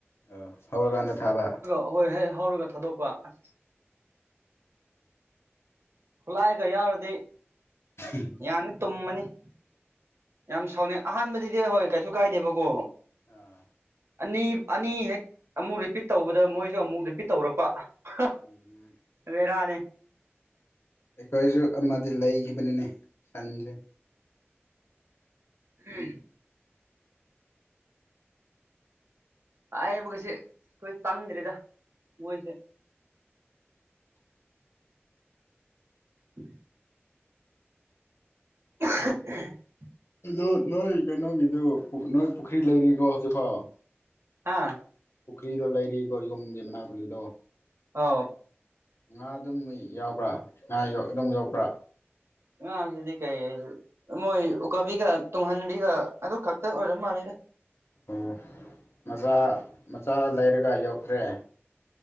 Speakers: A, on the left; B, on the right.
A: ꯑꯣ ꯍꯧꯔꯀꯥꯟꯗ ꯊꯥꯕ
B: ꯑꯍꯣꯏ ꯍꯩ ꯍꯧꯔꯒ ꯊꯥꯗꯣꯛꯄ ꯑꯁ ꯈꯨꯠꯂꯥꯏꯒ ꯌꯥꯎꯔꯗꯤ
A: ꯎꯝ
B: ꯌꯥꯅꯤ ꯇꯨꯝꯃꯅꯤ ꯌꯥꯝ ꯁꯥꯎꯅꯤꯡ ꯑꯍꯥꯟꯕꯗꯗꯤ ꯍꯣꯏ ꯀꯩꯁꯨ ꯀꯥꯏꯗꯦꯕꯀꯣ
A: ꯑꯥ
B: ꯑꯅꯤ ꯑꯅꯤ ꯍꯦꯛ ꯑꯃꯨꯛ ꯔꯤꯄꯤꯠ ꯇꯧꯕꯗ ꯃꯣꯏꯁꯨ ꯑꯃꯨꯛ ꯔꯤꯄꯤꯠ ꯇꯧꯔꯛꯄ <unintelligible>
A: ꯎꯝ
B: ꯕꯦꯔꯅꯤ
A: ꯑꯩꯈꯣꯏꯁꯨ ꯑꯃꯗꯤ ꯂꯩꯒꯤꯕꯅꯤꯅꯦ ꯁꯟꯁꯦ
B: <unintelligible> ꯍꯥꯏꯕ ꯒꯁꯦ ꯑꯩꯈꯣꯏ ꯆꯪꯗ꯭ꯔꯦꯗ ꯃꯣꯏꯁꯦ <inaudible> <inaudible>
A: ꯑꯗꯨ ꯅꯣꯏ ꯀꯩꯅꯣꯒꯤꯗꯨ ꯅꯣꯏ ꯄꯨꯈ꯭ꯔꯤ ꯂꯩꯔꯤꯕꯣ ꯍꯧꯖꯤꯛꯐꯥꯎ
B: ꯑꯥ
A: ꯄꯨꯈ꯭ꯔꯤꯗꯣ ꯂꯩꯔꯤꯕꯣ ꯌꯨꯝꯒꯤ ꯃꯅꯥꯛꯄꯨꯈ꯭ꯔꯤꯗꯣ
B: ꯑꯧ
A: ꯉꯥ ꯑꯗꯨꯝ ꯌꯥꯎꯕ꯭ꯔꯥ ꯉꯥ ꯑꯗꯨꯝ ꯌꯣꯛꯄ꯭ꯔꯥ
B: ꯉꯥ ꯁꯤꯗꯤ ꯀꯩ ꯍꯥꯏꯁꯤꯒꯦ ꯃꯣꯏ ꯎꯀꯥꯕꯤꯒ ꯇꯨꯡꯍꯟꯕꯤꯒ ꯑꯗꯨ ꯈꯛꯇ ꯑꯣꯏꯔꯝ ꯃꯥꯜꯂꯦꯗ
A: ꯑꯣ ꯃꯆꯥ ꯃꯆꯥ ꯂꯩꯔꯒ ꯌꯣꯛꯈ꯭ꯔꯦ